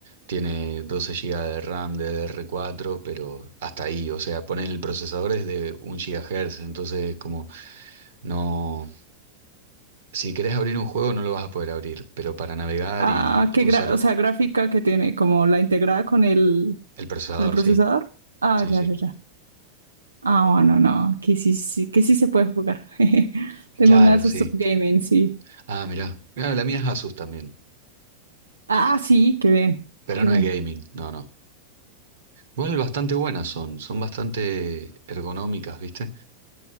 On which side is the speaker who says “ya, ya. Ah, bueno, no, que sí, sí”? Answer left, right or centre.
Right